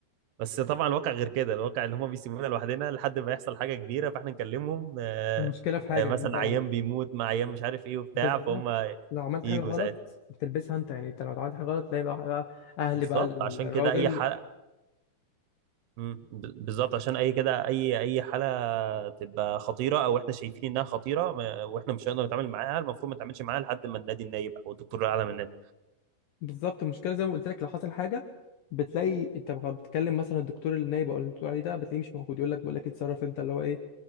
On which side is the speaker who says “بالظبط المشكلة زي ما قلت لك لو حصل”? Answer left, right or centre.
Left